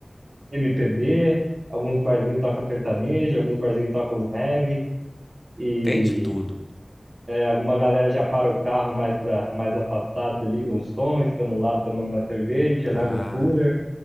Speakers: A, on the right; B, on the left.
A: MPB, alguns barzinhos tocam sertanejo, alguns barzinhos tocam reggae. E
B: tem de tudo.
A: Alguma galera já para o carro mais para mais afastado, liga um som, e fica no lado tomando uma cerveja,
B: Ah.
A: leva o cooler